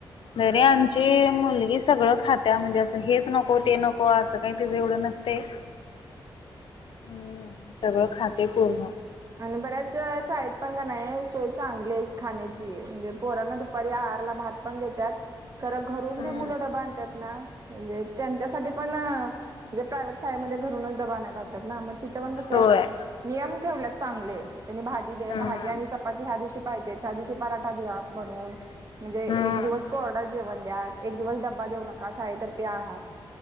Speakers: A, on the left; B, on the right.
A: तरीे आमची मुलगी सगळं खात्या म्हणजे असं हेच नको ते नको असं काही तीच एवढं नसते हम्म सगळं खाते पूर्ण
B: आणि बऱ्याच शाळेत पण का नाही सोय चांगली आहे खाण्याची म्हणजे पोराना दुपारी आहारला भात पण देत्यात. खर घरून
A: हम्म
B: जे मुलं डबा आणत्यात ना म्हणजे त्याचा पण म्हणे प्रायव शाळेमध्ये घरूनच डब्बा आणायला लावताना. तिथं पण कस
A: होय
B: नियम ठेवले चांगले त्यांनी भाजी भाजी
A: हम्म
B: आणि चपाती ह्या दिवशी. पाहिजे च दिवशी पराठावा म्हणून म्हणजे एक
A: हम्म
B: दिवस कोरडर जेवण द्या. एक दिवस डबा देऊ नका शाहीेत पी आहात